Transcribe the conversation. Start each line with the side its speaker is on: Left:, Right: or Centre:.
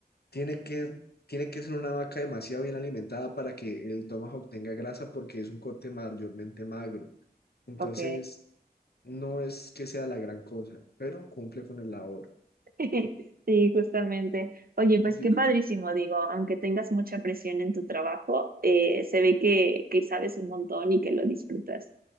Left: tiene que, tiene que ser una vaca demasiado bien alimentada para que el tomahawk tenga grasa porque es un corte mayormente magro. Entonces,
Right: ok.
Left: no es que sea la gran cosa, pero cumple con el labor.
Right: <laughs> Sí, justamente. Oye, pues
Left: Yo-
Right: qué padrísimo, digo, aunque tengas mucha presión en tu trabajo, eh, se ve que, que sabes un montón y que lo disfrutas.